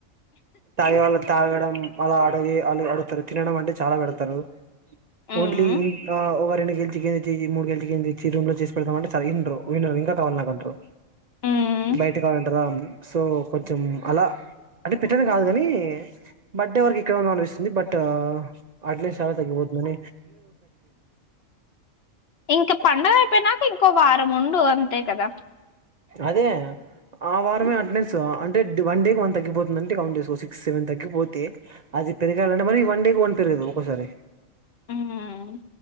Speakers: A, on the right (about 70°); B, on the left (about 60°).
A: తాగే వాళ్ళ తాగడం అలా అడది అ అడుగుతారు తినడం అంటే చాలా పెడతారు
B: ఉమ్
A: ఓన్లీ ఇ ఆ రెండ్ చికెన్ ఇ మూడుళ చికెన్ తెచ్చి రూమ్ లో చేసి పెడతామంట విండ వినరు ఇంకా కావాల నాకుండరు
B: ఉమ్
A: బయట కావాలంటారా సో కొంచెం అలా అంటే పెట్టనే కాదు కాని బర్త్డే వరకు ఎక్కడ ఉంద అనిపిస్తుంది బట్ ఆట్లే సాలా తగపోతు మ
B: ఇంక పడుగ అయిపోయినాక ఇంకో వారం ముండు అంతే కదా
A: అదే ఆ వారమే అటెండెన్స్ అంటే వన్ డేకి వన్ తగ్గిపోతుందంటే కౌంట్ చేసుకో సిక్స్ సెవెన్ తగ్గిపోతే అది పెరగాలంటే మరి వన్ డేకి వన్ పెరగదు ఒసారి
B: ఉమ్